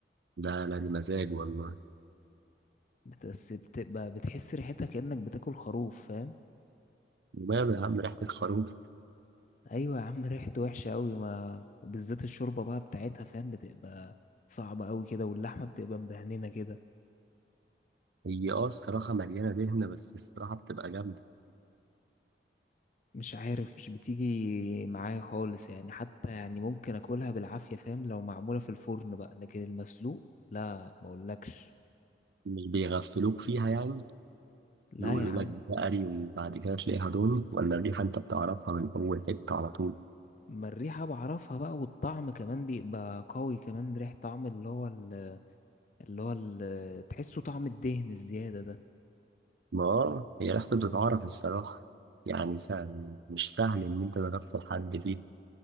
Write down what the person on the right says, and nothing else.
لا لا دي مزاج والله
وماله يا عم ريحة الخروف
هي اه الصراحة مليانة دهنة بس الصراحة بتبقى جامدة
مش بيغفلوك فيها يعني
يقولوا
لك بقري وبعد كده تلاقيها ضاني ولا الريحة أنت بتعرفها من أول حتة على طول
ما آه، هي ريحته بتتعرف الصراحة يعني سهل مش سهل إن أنت تغفل حد فيها